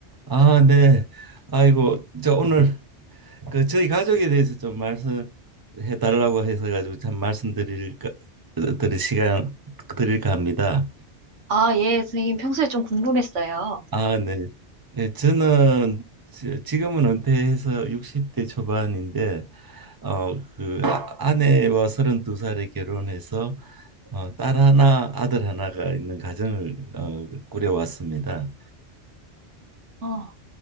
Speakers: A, on the right; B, on the right.
A: 아, 네. 아이고, 저 오늘 그 저희 가족에 대해서 좀 말씀해 달라고 해서 가지고 참 말씀드릴 드릴 시간 드릴까 합니다.
B: 아, 예, 선생님, 평소에 좀 궁금했어요.
A: 아, 네. 예, 저는 지- 지금은 은퇴해서 60대 초반인데 어, 그 아- 아내와 32살에 결혼해서 어, 딸 하나, 아들 하나가 있는 가정을 어, 꾸려왔습니다.
B: 어, 어,